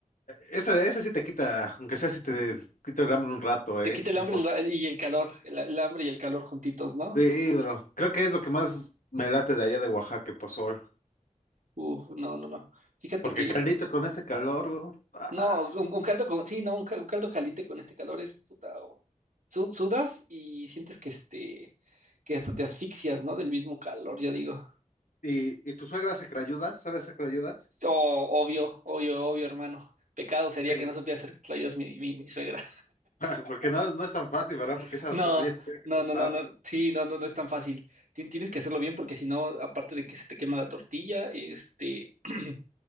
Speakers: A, on the left; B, on the right.
A: Ese, ese sí te quita, aunque sea si te quita el hambre un rato, ¿eh?
B: Te quita el
A: Un
B: hambre
A: poz-
B: el ra- y el calor, el, el hambre y el calor juntitos, ¿no?
A: Sí, bro. Creo que es lo que más me late de allá de Oaxaca, el pozol.
B: Uf, no, no, no. Fíjate
A: Porque
B: que,
A: caldito con este calor, bro.
B: no,
A: as.
B: un, un caldo con, sí, no, un, ca- un caldo caliente con este calor es puta. o- su- sudas y sientes que este, que hasta te asfixias, ¿no? Del mismo calor, yo digo.
A: ¿Y, y tu suegra hace crayudas? ¿Sabe hacer crayudas?
B: Oh, obvio, obvio, obvio, hermano. Pecado sería
A: Porque,
B: que no supiera hacer tlayudas mi, mi, mi suegra.
A: <laughs> porque no, no es tan fácil, ¿verdad?
B: <laughs>
A: Porque esa
B: No,
A: tortilla se tiene que
B: no,
A: tostar.
B: no, no, no. Sí, no, no, no es tan fácil. Tien- Tienes que hacerlo bien porque si no, aparte de que se te quema la tortilla, este. <clears throat>